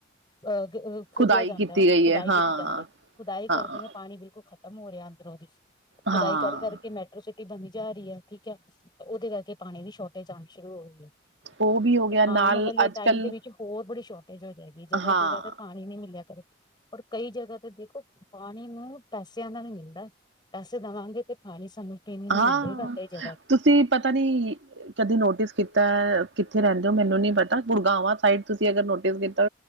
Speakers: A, on the left (about 25°); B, on the right (about 65°).
A: ਅ <unintelligible> ਖੋਦਿਆ
B: ਖੁਦਾਈ
A: ਜਾਂਦਾ
B: ਕੀਤੀ
A: ਹੈ
B: ਗਈ
A: ਖੁਦਾਈ
B: ਹਾਂ
A: ਕੀਤੀ ਜਾਂਦੀ ਹੈ ਖੁਦਾਈ ਕਰਦੇ
B: ਹਾਂ
A: ਨ <unintelligible> ਪਾਣੀ ਬਿਲਕੁ ਖ਼ਤਮ ਹੋ ਰਿਹਾ ਅੰਦਰੋਂ ਦੀ ਖੁਦਾਈ
B: ਹਾਂ
A: ਕਰ ਕਰ ਪ ਕਿ ਮੈਟਰੋ ਸਿਟੀ ਬਨੀ ਜਾ ਰਹੀ ਹੈ ਠੀਕ ਹੈ ਉਹਦੇ ਕਰਕੇ ਪਾਣੀ ਦੀ ਸ਼ੋਰਟੇਜ ਆਉਣੀ ਸ਼ੁਰੂ ਹੋ ਰਹੀ ਹੈ
B: ਉਹ ਵੀ ਹੋ
A: ਤੇ
B: ਗਿਆ ਨਾਲ
A: ਆਣ ਵਾਲੇ
B: ਅੱਜ
A: ਟਾਈਮ
B: ਕੱਲ
A: ਦੇ ਵਿੱਚ ਹੋਰ ਬੜੀ ਸ਼ੋਰਟੇਜ ਹੋ ਜੇਗੀ ਜਗ੍ਹਾ
B: ਹਾਂ
A: ਜਗ੍ਹਾ ਤੇ ਪਾਣੀ ਨੀ ਮਿਲ ਰਿਆ ਕਰੇ ਓਰ ਕਈ ਜਗ੍ਹਾ ਤੇ ਦੇਖੋ ਪਾਣੀ ਨੂੰ ਪੈਸਿਆਂ ਦਾ ਵੀ ਮਿਲਦਾ ਪੈਸੇ ਦੇਵਾਂਗੇ ਤੇ ਪਾਣੀ ਸਾਨੂੰ ਪੀਣ ਨੂੰ
B: ਹਾਂ,
A: ਮਿਲੇਗਾ ਕਈ ਜਗ੍ਹਾ
B: ਤੁਸੀਂ ਪਤਾ ਨੀ ਕਦੇ ਨੋਟਿਸ ਕੀਤਾ ਕਿਥੇ ਰਹਿੰਦੇ ਓ ਮੈਨੂੰ ਨੀ ਪਤਾ ਗੁੜਗਾਵਾਂ ਸਾਈਡ ਤੁਸੀ ਅਗਰ ਨੋਟਿਸ ਕੀਤਾ